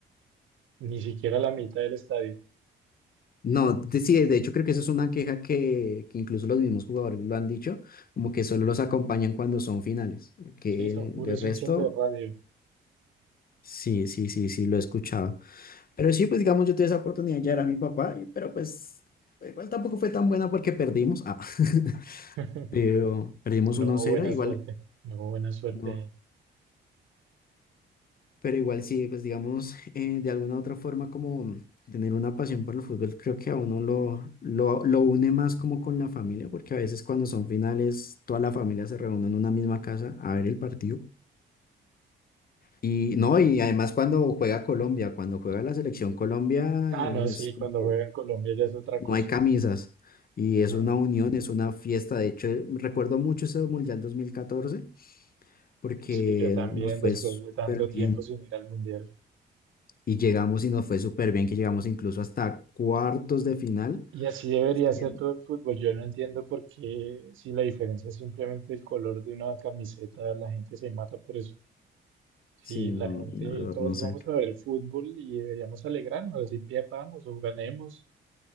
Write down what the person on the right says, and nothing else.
ni siquiera la mitad del estadio.
Sí, son puros
hinchas de radio.
<laughs>
No
hubo
buena
suerte, no hubo buena suerte.
Ah,
no, sí,
cuando
juega en Colombia ya es otra
cosa.
Ujú.
Sí, yo también,
después
de tanto tiempo
sin ir al mundial.
Y así debería
ser
todo el fútbol. Yo no entiendo por qué, si la diferencia es simplemente el color de una camiseta, la gente se mata por eso. Si
la
gente,
todos
vamos a ver fútbol y deberíamos alegrarnos, si pierdamos o ganemos,